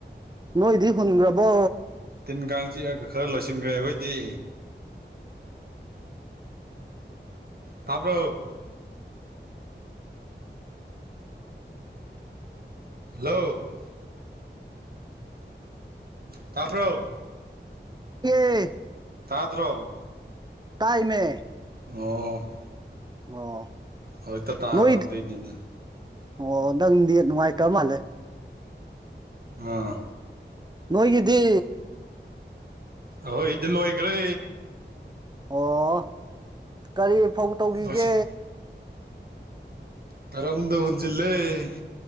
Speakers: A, on the right (about 20°); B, on the right (about 55°).
A: ꯅꯣꯏꯗꯤ ꯍꯨꯟꯈ꯭ꯔꯕꯣ
B: ꯇꯤꯟ ꯀꯥꯡ ꯆꯤꯛꯑꯒ ꯈꯔ ꯂꯣꯏꯁꯤꯟꯈ꯭ꯔꯦ ꯑꯩꯈꯣꯏꯗꯤ ꯇꯥꯕ꯭ꯔꯣ ꯍꯜꯂꯣ ꯇꯥꯄ꯭ꯔꯣ
A: ꯑꯦ
B: ꯇꯥꯗ꯭ꯔꯣ
A: ꯇꯥꯏꯃꯦ
B: ꯑꯣ
A: ꯑꯣ
B: ꯍꯧꯖꯤꯛꯇ ꯇꯥꯕ
A: ꯅꯣꯏ
B: ꯑꯗꯨꯏꯅꯦ
A: ꯑꯣ ꯅꯪ ꯅꯦꯠ ꯅꯨꯡꯉꯥꯏꯇ ꯃꯥꯜꯂꯦ
B: ꯑꯥ
A: ꯅꯣꯏꯒꯤꯗꯤ
B: ꯑꯍꯣꯏ ꯏꯗꯤ ꯂꯣꯏꯈ꯭ꯔꯦ
A: ꯑꯣ ꯀꯔꯤ ꯐꯧ ꯇꯧꯈꯤꯒꯦ
B: ꯂꯣꯏꯁꯤꯟ ꯇꯔꯝꯗꯍꯟꯁꯤꯜꯂ ꯂꯩ